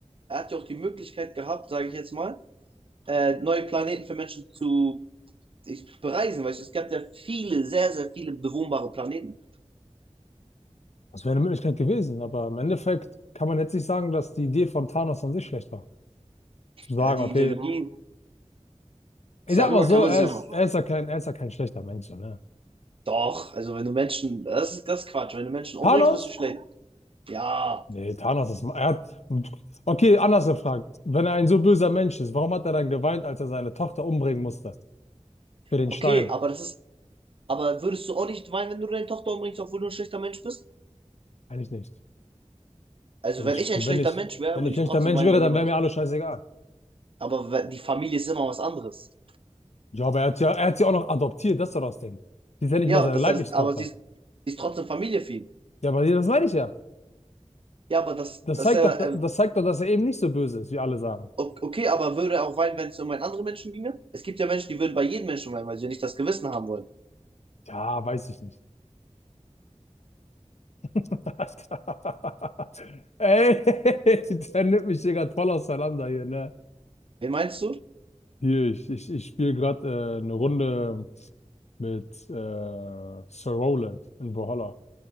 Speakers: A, on the right (about 50°); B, on the left (about 65°).
A: er hat ja auch die Möglichkeit gehabt, sage ich jetzt mal, äh, neue Planeten für Menschen zu ich, bereisen, weißt du, es gab ja viele, sehr, sehr viele bewohnbare Planeten.
B: Das wäre eine Möglichkeit gewesen. Aber im Endeffekt kann man jetzt nicht sagen, dass die Idee von Thanos an sich schlecht war. Zu sagen,
A: Ja, die
B: okay,
A: Ideologie,
B: ich sag
A: darüber
B: mal so,
A: kann man
B: er
A: sich ja
B: ist,
A: noch.
B: er ist ja kein, er ist ja kein schlechter Mensch, so, ne?
A: Doch, also wenn du Menschen, das ist das ist Quatsch, wenn du Menschen umbringst,
B: Thanos?
A: bist du schlecht. Ja,
B: Nee, Thanos ist, er hat, okay, anders gefragt. Wenn er ein so böser Mensch ist, warum hat er dann geweint, als er seine Tochter umbringen musste? Für den
A: okay,
B: Stein?
A: aber das ist, aber würdest du auch nicht weinen, wenn du deine Tochter umbringst, obwohl du ein schlechter Mensch bist?
B: Eigentlich nicht.
A: Also
B: Wenn
A: wenn
B: ich,
A: ich ein
B: wenn
A: schlechter
B: ich,
A: Mensch wäre,
B: wenn
A: würde
B: ich ein schlechter
A: ich trotzdem
B: Mensch
A: weinen,
B: wäre,
A: wenn
B: dann
A: jemand
B: wäre
A: das.
B: mir alles scheißegal.
A: Aber we- die Familie ist immer was anderes.
B: Ja, aber er hat sie ja, er hat sie auch noch adoptiert, das ist doch das Ding. Die ist ja nicht
A: Ja,
B: mal seine
A: das
B: leibliche
A: heißt,
B: Tochter.
A: aber sie ist, sie ist trotzdem Familie für ihn.
B: Ja, aber das meine ich ja.
A: Ja, aber das,
B: Das
A: das
B: zeigt
A: ist ja
B: doch,
A: ähm,
B: das zeigt doch, dass er eben nicht so böse ist, wie alle sagen.
A: o- okay, aber würde er auch weinen, wenn es um einen anderen Menschen ginge? Es gibt ja Menschen, die würden bei jedem Menschen weinen, weil sie ja nicht das Gewissen haben wollen.
B: Ja, weiß ich nicht. <laughs> Ey, <laughs> der nimmt mich hier gerade voll auseinander hier, ne?
A: Wen meinst du?
B: Hier, ich, ich, ich spiele gerade äh, eine Runde mit äh, Sir Roland in Brawlhalla.